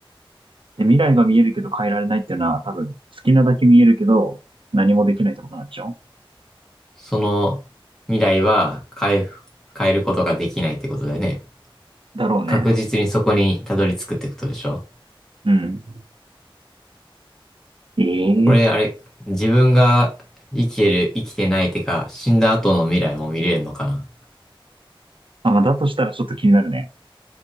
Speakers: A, on the right (about 65°); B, in the centre.
A: で、未来が見えるけど変えられないっていうのは、多分、好きなだけ見えるけど、何もできないってことなんでしょ
B: その未来は変え、変えることができないってことだよね。
A: だろうね。
B: 確実にそこにたどり着くってことでしょ
A: うん。ええ
B: これ、あれ、自分が生きてる、生きてないてか、死んだ後の未来も見れるのかな。
A: あ、まあ、だとしたらちょっと気になるね。